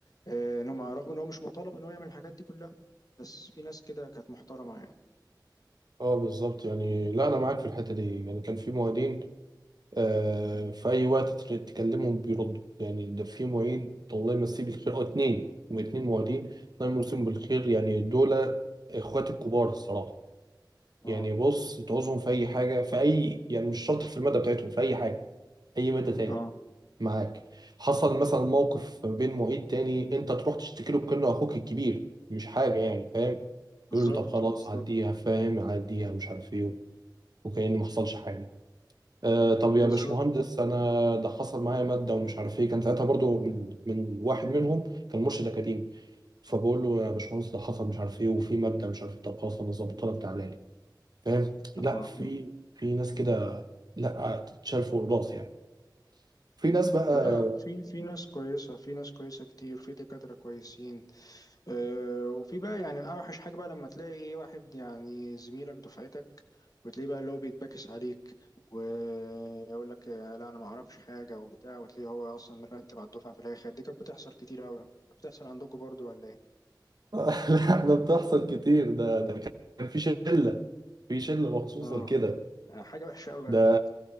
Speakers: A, on the left; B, on the right.
A: آه، ان هم رغم ان هو مش مطالب ان هو يعمل الحاجات دي كلها بس في ناس كده كانت محترمة يعني
B: اه بالظبط يعني لا انا معاك في الحته دي يعني كان في معيدين آه في اي وقت تر- تكلمهم بيردوا يعني ده في معيد الله يمسيه بالخير او اتنين هم اتنين معيدين الله يمسيهم بالخير يعني دول اخواتي الكبار الصراحه
A: اه
B: يعني بص تعوزهم في اي حاجه في اي يعني مش شرط في الماده بتاعتهم في اي حاجه اي ماده تاني
A: اه
B: معاك حصل مثلا موقف بين معيد تاني انت تروح تشتكي له كانه اخوك الكبير مش حاجه يعني فاهم
A: بالظبط
B: يقول له طب خلاص
A: بالظبط
B: عديها فاهم عديها مش عارف ايه وكأن ما حصلش حاجه آه طب
A: بالظبط
B: يا باشمهندس انا ده حصل معايا ماده ومش عارف ايه كان ساعتها برضو من من واحد منهم كان مرشد اكاديمي فبقول له يا باشمهندس ده حصل مش عارف ايه وفي ماده مش عارف ايه طب خلاص انا ظبطها لك تعالى لي فاهم لا
A: اه
B: في في ناس كده لا تتشال فوق الراس يعني في ناس بقى
A: لا في في ناس كويسة في ناس كويسة كتير في دكاترة كويسين أه، وفي بقى يعني اوحش حاجه بقى لما تلاقي ايه واحد يعني زميلك دفعتك وتلاقيه بقى اللي هو بيتباكس عليك ويقول لك آه، لا انا ما اعرفش حاجه وبتاع وتلاقيه هو اصلا مرتب على الدفعه في الاخر دي كانت بتحصل كتير قوي بتحصل عندكم برضو ولا ايه
B: <laughs> لا احنا بتحصل كتير ده ده كان في شله في شله مخصوصه
A: اه
B: لكده
A: حاجه وحشه قوي
B: ده
A: بقى دي.